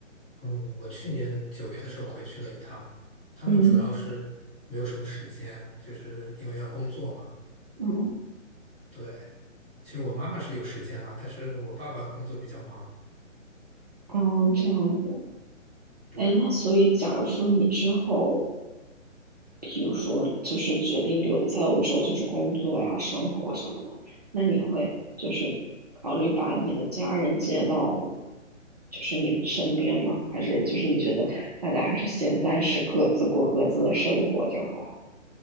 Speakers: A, in the centre; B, on the right.
A: 嗯，我去年九月的时候回去了一趟，他们主要是没有什么时间，
B: 嗯
A: 就是因为要工作嘛。
B: 嗯
A: 对，其实我妈妈是有时间啦，但是我爸爸工作比较忙。
B: 嗯，这样子。
A: 对，
B: 哎，那所以假如说你之后，比如说就是决定留在欧洲，就是工作呀、生活什么的，那你会就是考虑把你的家人接到就是你身边吗？还是就是你觉得大家还是先暂时各自过各自的生活就好？